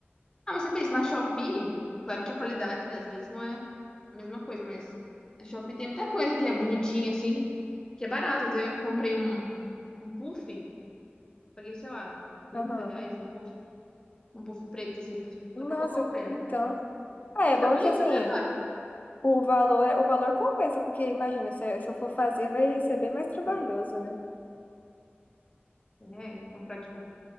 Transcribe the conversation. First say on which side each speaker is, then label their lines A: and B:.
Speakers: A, on the left; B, on the left.
A: Ah, mas você pensa, na Shopee, claro que a qualidade, né, às vezes não é a mesma coisa, mas na Shopee tem muita coisa que é bonitinha, assim, que é barato. Eu tenho- comprei um, um puff, paguei, sei lá, trinta
B: <laughs> Aham.
A: reais no puff. Um puff preto, assim,
B: Nossa,
A: só pra colocar o pé, né?
B: então. Ah,
A: E
B: é
A: ele
B: bom
A: tá bonito
B: que assim,
A: até agora.
B: o valor, o valor compensa, porque imagina, se, se eu for fazer, vai ser bem mais trabalhoso, né? <laughs>
A: É, comprar, tipo,